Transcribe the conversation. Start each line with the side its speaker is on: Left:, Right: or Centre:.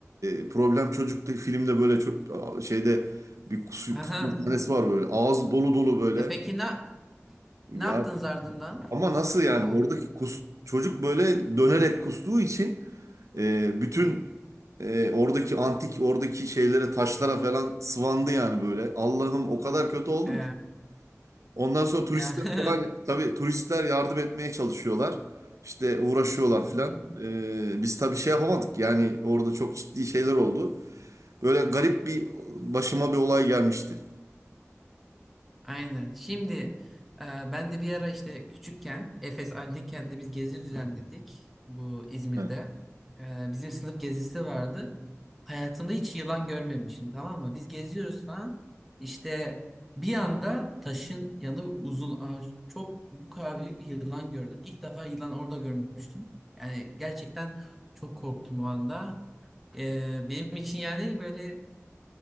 Right: e, Problem Çocuk'taki filmde böyle çok şeyde bir kusu-
Centre: aha.
Right: kusma sahnesi var böyle. Ağız dolu dolu böyle.
Centre: E peki ne
Right: Ya
Centre: ne yaptınız ardından?
Right: ama nasıl yani
Centre: O
Right: oradaki kus çocuk böyle dönerek kustuğu için e, bütün e, oradaki antik oradaki şeylere taşlara falan sıvandı yani böyle. Allah'ım o kadar kötü oldum
Centre: e,
Right: ki. Ondan sonra turistler
Centre: ya. <laughs>
Right: falan tabii turistler yardım etmeye çalışıyorlar. İşte uğraşıyorlar falan.
Centre: Hı hı.
Right: E, biz tabii şey yapamadık yani orada çok ciddi şeyler oldu. Böyle garip bir başıma bir olay gelmişti.
Centre: Aynen. Şimdi e, ben de bir ara işte küçükken Efes Antik Kent'te biz gezi düzenledik bu İzmir'de.
Right: Evet.
Centre: E, bizim sınıf gezisi vardı. Hayatımda hiç yılan görmemişim tamam mı? Biz geziyoruz falan. İşte bir anda taşın yanında uzun ağaç çok bu kadar büyük bir yılan gördüm. İlk defa yılan orada görmüştüm. Yani gerçekten çok korktum o anda. E, benim için yani böyle